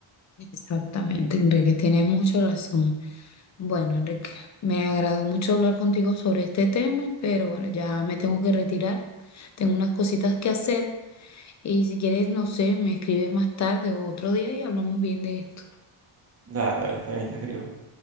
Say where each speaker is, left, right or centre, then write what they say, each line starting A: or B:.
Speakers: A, on the left; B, on the right.
A: Exactamente, Enrique, tienes mucha razón. Bueno, Enrique, me agradó mucho hablar contigo sobre este tema, pero bueno, ya me tengo que retirar. Tengo unas cositas que hacer y si quieres, no sé, me escribes más tarde o otro día y hablamos bien de esto.
B: Dale, dale, está bien, te escribo.